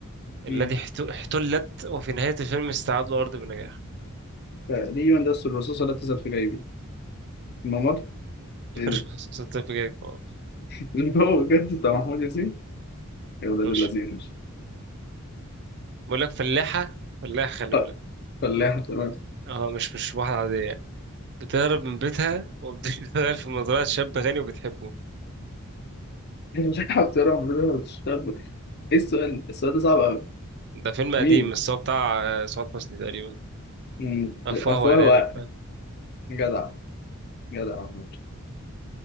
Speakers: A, on the right (about 55°); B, on the left (about 50°).
A: الذي
B: مم.
A: احت- احتلت وفي نهاية الفيلم استعاد الأرض بنجاح
B: تقريبا ده أسر الرصاصة لا تزال في جيبي الممر
A: <laughs>
B: ايه ده؟
A: صوت الفيلم جاي. آه،
B: <laughs> هو بجد بتاع محمود ياسين يا ولاد
A: ماشي
B: اللذين
A: بقول لك فلاحة فلاحة خلي
B: آه،
A: بالك
B: فلاحة ترى
A: اه مش مش واحدة عادية يعني بتهرب من بيتها وبتشتغل <laughs> في مزرعة شاب غني وبتحبه
B: فلاحة ترى المفروض بتشتغل <laughs> ايه السؤال؟ السؤال ده صعب قوي
A: ده فيلم
B: مين؟
A: قديم بس هو بتاع آه، سعاد حسني تقريبا
B: مم.
A: أفواه
B: أفواه
A: وأرانب
B: وعقل جدع جدع والله.